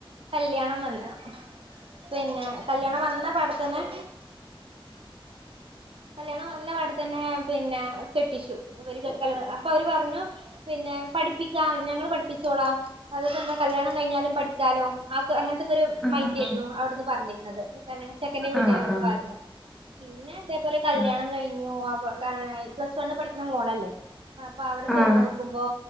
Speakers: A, on the right; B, in the centre.
A: കല്യാണം വന്നു പിന്നെ കല്യാണം വന്ന പാടത്തന്നെ കല്യാണം വന്ന പ്പാടെതന്നെ പിന്നെ കെട്ടിച്ചു ഇവര് ല് അപ്പൊ അവര് പറഞ്ഞു. പിന്നെ പഠിപ്പിക്കാ ഞങ്ങൾ പഠിപ്പിച്ചോളാ അത് പ്പ എന്താ കല്യാണം കഴിഞ്ഞാലും പഠിക്കാലോ ആ അങ്ങനത്തെക്കെ ഒരു
B: ആഹ്
A: മൈൻഡ് ആയിരുന്നു അവിടുന്ന് പറഞ്ഞിരുന്നത്. ച്ചെക്കന്റെ വീട്ടുകാർ
B: ആഹ്
A: ഇതിൽ
B: ആഹ്
A: വു പിന്നെ ഇതേപോലെ കല്യാണം
B: ആഹ്
A: കഴിഞ്ഞു അവ പ്ലസ് വണിൽ പഠിക്കുന്ന മോളെല്ലേ അപ്പൊ അവിടെ ചെന്നൊ
B: ആഹ്
A: ക്കുമ്പോ